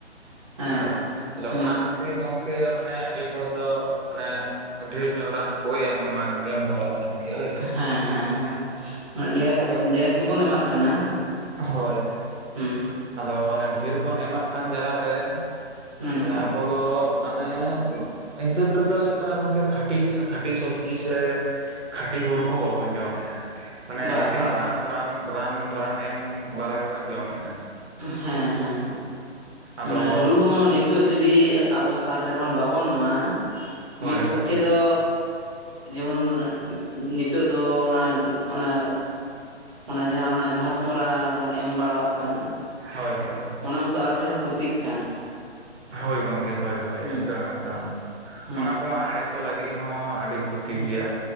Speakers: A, on the right; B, on the right.
A: ᱦᱮᱸ
B: ᱦᱳᱭ ᱛᱟᱦᱞᱮ
A: ᱦᱩᱸ
B: ᱚᱱᱟ ᱠᱷᱟᱹᱛᱤᱨ ᱜᱚᱝ ᱠᱮ ᱢᱟᱱᱮ ᱟᱹᱰᱤ ᱦᱚᱲ ᱫᱚ ᱢᱟᱱᱮ ᱰᱷᱮᱨ ᱧᱚᱜ ᱨᱟᱱ ᱠᱚ ᱮᱢ ᱮᱢᱟ ᱮᱢ ᱜᱚᱫᱟᱜ ᱠᱟᱱ ᱜᱮᱭᱟ ᱦᱳᱭ ᱥᱮ
A: ᱦᱮᱸ ᱦᱮᱸ ᱦᱮᱸ ᱰᱷᱮᱨ
B: ᱟᱫᱚ
A: ᱰᱷᱮᱨ ᱜᱮᱵᱚᱱ ᱮᱢᱟᱜ ᱠᱟᱱᱟ
B: ᱦᱳᱭ
A: ᱦᱩᱸ
B: ᱟᱫᱚ ᱚᱱᱮ ᱰᱷᱮᱨ ᱵᱚᱱ ᱮᱢᱟᱜ ᱠᱟᱱ ᱡᱟᱞᱟᱨᱮ
A: ᱦᱩᱸ
B: ᱢᱟᱱᱮ ᱟᱵᱚ ᱫᱚ ᱢᱟᱱᱮ ᱦᱤᱥᱟᱹᱵ ᱨᱮᱫᱚ ᱦᱩᱭᱩᱜ ᱠᱟᱱᱟ ᱜᱚᱝᱠᱮ ᱠᱷᱟᱹᱴᱤ ᱥᱮ ᱠᱷᱟᱹᱴᱤ ᱥᱚᱵᱡᱤ ᱥᱮ ᱠᱷᱟᱹᱴᱤ ᱦᱩᱲᱩ ᱦᱚᱸ ᱵᱟᱵᱚᱱ ᱡᱚᱢᱮᱜᱼᱟ᱾ ᱢᱟᱱᱮ
A: ᱵᱟ
B: ᱮᱠᱮᱱ
A: ᱵᱟ
B: ᱨᱟᱱ
A: ᱵᱟ
B: ᱨᱟᱱ ᱨᱟᱱ ᱨᱟᱱᱮᱢ ᱵᱟᱞᱟ ᱜᱮᱵᱚᱱ ᱡᱚᱢᱮᱜᱼᱟ᱾
A: ᱦᱮᱸ ᱦᱮᱸ
B: ᱟᱫᱚ
A: ᱢᱟᱱᱮ ᱦᱩᱲᱩ ᱦᱚᱸ ᱱᱤᱛ ᱛᱳᱜ ᱡᱩᱫᱤ ᱟᱵᱚ ᱥᱟᱨ ᱪᱟᱯᱟᱱ ᱵᱟᱵᱚᱱ ᱮᱢᱟᱜᱼᱟ
B: ᱦᱳᱭ
A: ᱢᱤᱫ ᱯᱚᱠᱠᱷᱮ
B: ᱦᱳᱭ
A: ᱫᱚ ᱡᱮᱢᱚᱱ ᱱᱤᱛᱳᱜ ᱫᱚ ᱚᱱᱟ ᱚᱱᱟ ᱚᱱᱟ ᱡᱟᱦᱟᱸ ᱚᱱᱟ ᱜᱷᱟᱥᱢᱚᱨᱟ ᱵᱚᱱ ᱮᱢ ᱵᱟᱲᱟᱣᱟᱜ ᱠᱟᱱ
B: ᱦᱳᱭ ᱦᱳᱭ
A: ᱚᱱᱟ ᱢᱟᱛᱚ ᱟᱨᱚ ᱰᱷᱮᱨ ᱠᱷᱚᱛᱤᱜ ᱠᱟᱱ᱾
B: ᱦᱳᱭ ᱜᱚᱝᱠᱮ ᱦᱳᱭ ᱦᱳᱭ
A: ᱦᱩᱸ
B: ᱮᱠᱫᱚᱢ ᱮᱠᱫᱚᱢ
A: ᱦᱩᱸ
B: ᱚᱱᱟ ᱠᱚᱢᱟ ᱟᱲᱮ ᱠᱚ ᱞᱟᱹᱜᱤᱫ ᱦᱚᱸ ᱟᱹᱰᱤ ᱠᱷᱚᱛᱤ
A: ᱦᱩᱸ
B: ᱜᱮᱭᱟ